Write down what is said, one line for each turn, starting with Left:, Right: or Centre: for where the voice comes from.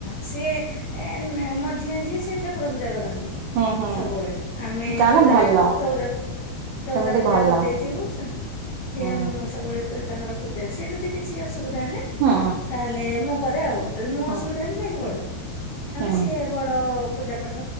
Left: ସିଏ ଏ ମଝିଆ ଯିଏ ସେ ଠାକୁର ପୂଜା କରନ୍ତି।
Right: ହୁଁ ହୁଁ
Left: ସବୁବେଳେ ଆମେ
Right: ତାହେଲେ
Left: ଚଉରାରେ
Right: ଭଲ।
Left: ଚଉର। ଚଉରା
Right: ସେମିତି
Left: ପୂଜା
Right: ଭଲ
Left: କରିଦେଇଥିବୁ ସେ ସିଏ
Right: ହୁଁ
Left: ସବୁବେଳେ। ତାଙ୍କର ପୂଜା ସେ ଯଦି କିଛି ଅସୁବିଧା ହେଲେ
Right: ହୁଁ
Left: ତାହେଲେ ମୁଁ କରେ ଆଉ। ଯଦି ମୁଁ
Right: ହୁଁ
Left: ଅସୁବିଧା ହେବି ଯାଇକି ବଡ। ହେଲେ
Right: ହୁଁ
Left: ସିଏ ବଡ। ପୂଜା ପାଠ